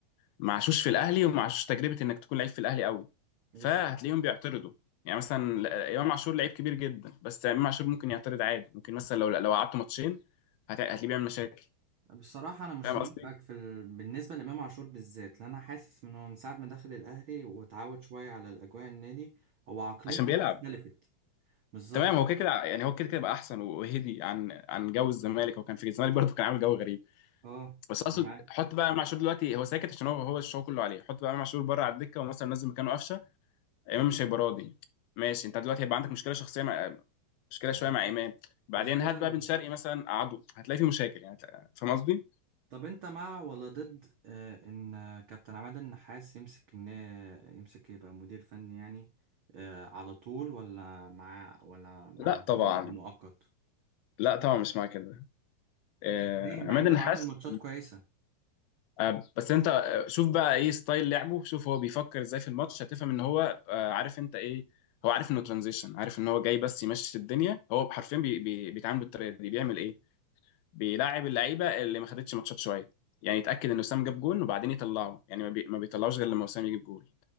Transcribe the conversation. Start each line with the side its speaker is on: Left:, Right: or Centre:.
Left: ما عاشوش في الاهلي وما عاشوش تجربه انك تكون لعيب في الاهلي قوي
Right: بالظبط
Left: فهتلاقيهم بيعترضوا يعني مثلا لا- امام عاشور لعيب كبير جدا بس امام عاشور ممكن يعترض عادي ممكن مثلا لو لو قعدته ماتشين هت- هتلاقيه بيعمل مشاكل
Right: بصراحة أنا مش
Left: فاهم
Right: موافقك
Left: قصدي
Right: في ال... بالنسبة لإمام عاشور بالذات لأن أنا حاسس من هو من ساعة ما دخل الأهلي واتعود شوية على الأجواء النادي هو عقليته
Left: عشان بيلعب
Right: اختلفت بالظبط
Left: تمام هو كده كده يعني هو كده كده بقى احسن وهدي عن عن جو الزمالك هو كان في الزمالك برضه كان عامل جو غريب
Right: أه
Left: بس اقصد
Right: أنا معاك
Left: حط بقى امام عاشور دلوقتي هو ساكت عشان هو هو الشغل كله عليه حط بقى امام عاشور بره على الدكه ومثلا نزل مكانه قفشه امام مش هيبقى راضي ماشي انت دلوقتي هيبقى عندك مشكله شخصيه مع مشكله شويه
Right: بالظبط
Left: مع امام بعدين
Right: عشان كده
Left: هات بقى بن شرقي مثلا قعده هتلاقي في مشاكل يعني هتلاقي- فاهم قصدي؟
Right: طب أنت مع ولا ضد آه إن آه، كابتن عماد النحاس يمسك إن يمسك يبقى مدير فني يعني آه على طول ولا مع ولا مع
Left: لا
Right: إن
Left: طبعا
Right: هو يبقى مؤقت؟
Left: لا طبعا مش مع كده آه،
Right: طب ليه مع
Left: عماد
Right: إنه
Left: النحاس
Right: عامل ماتشات كويسة؟
Left: آه، بس انت آه، شوف بقى ايه ستايل لعبه شوف هو بيفكر ازاي في الماتش هتفهم ان هو آه، عارف انت ايه هو عارف انه ترانزيشن عارف ان هو جاي بس يمشي الدنيا هو حرفيا بي بي بيتعامل بالطريقه دي بيعمل ايه بيلاعب اللعيبه اللي ما خدتش ماتشات شويه يعني يتاكد ان وسام جاب جون وبعدين يطلعه يعني ما, بي... ما بيطلعوش غير لما وسام يجيب جول